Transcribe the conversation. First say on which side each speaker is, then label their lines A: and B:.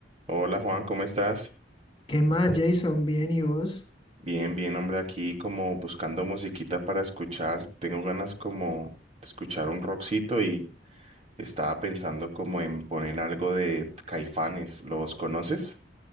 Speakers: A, on the right (about 35°); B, on the left (about 30°).
A: Hola Juan, ¿cómo estás?
B: ¿Qué más, Jason? ¿Bien y vos?
A: Bien, bien, hombre, aquí como buscando musiquita para escuchar. Tengo ganas como de escuchar un rockcito y estaba pensando como en poner algo de Caifanes. ¿Los conoces?